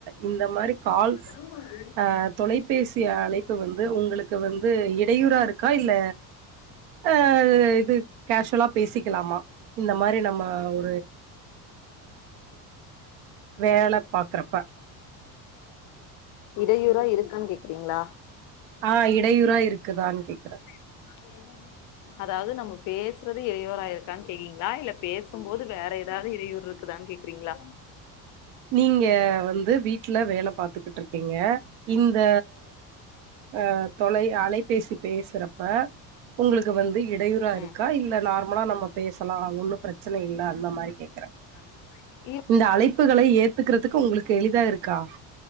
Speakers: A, on the right (about 80°); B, on the left (about 50°).
A: இந்த மாரி கால்
B: <inaudible>
A: அ தொலைபேசி அழைப்பு வந்து உங்களுக்கு வந்து இடையூறா இருக்கா இல்ல ஆ இது கேஷ்வலா பேசிக்கலாமா இந்த மாரி நம்ம ஒ வேல பாக்குறப்ப
B: இடையூற இருக்கான்னு கேக்குறீங்களா
A: ஆ இடையூற இருக்குதான்னு கேக்குறேன்
B: <inaudible> அதாவது நம்ம பேசுறது இடையூரா இருக்கானு கேக்கீங்களா இல்ல பேசும்போது வேற ஏதாவது இடையூர் இருக்குதானு கேக் குறிங்களா
A: நீங்க வந்து வீட்டல வேல பாத்துக்கிட்டு இருக்கீங்க இந்த அ தொலை அலைபேசி பேசுறப்ப உங்களுக்கு வந்து இடையூறா இருக்கா
B: ம்
A: இல்ல நார்மலா நம்ம பேசலாம் ஒன்னும் பிரச்சனை இல்ல அந்த மாரி கேட்கறேன்
B: அந்த மாரி
A: இந்த அழைப்புகளை ஏத்துக்குறதுக்கு உங்களுக்கு எளிதா இருக்கா